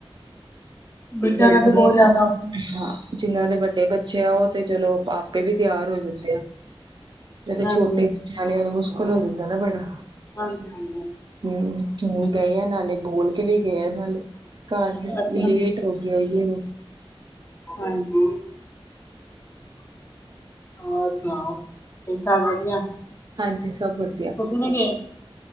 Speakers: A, on the left; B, on the right.
A: ਬੱਚਿਆਂ
B: ਜਾਂ
A: ਨਾਲ
B: ਜਿਹਨਾਂ
A: ਤਾਂ ਬਹੁਤ
B: ਦੇ,
A: ਜ਼ਿਆਦਾ ਔਖਾ
B: ਹਾਂ, ਜਿੰਨਾਂ ਦੇ ਵੱਡੇ ਬੱਚੇ ਬੱਚੇ ਉਹ ਤਾਂ ਚਲੋ ਆਪੇ ਵੀ ਤਿਆਰ ਹੋ ਜਾਂਦੇ ਆ, ਤੇ ਫਿਰ
A: ਹਾਂਜੀ
B: ਛੋਟੇ ਬੱਚਿਆਂ ਵਾਲੇ ਨ ਹੋ ਜਾਂਦਾ ਨਾ ਬੜਾ
A: ਹਾਂਜੀ ਹਾਂਜੀ
B: ਹਮ, ਗਏ ਆ ਨਾਨੀ ਬੋਲ ਕੇ ਵੀ ਗਏ ਆ ਨਾਨੀ, ਘਰ ਦੇ
A: ਅੱਛਾ
B: ਲੇਟ ਹੋ ਗਏ ਆ। ਹਮ
A: ਹਾਂਜੀ ਹੋਰ ਸੁਣਾਓ, ਠੀਕ ਠਾਕ ਵਧੀਆ
B: ਹਾਂਜੀ ਸਭ ਵਧੀਆ
A: ਤੁਸੀਂ ਨੀ ਗਏ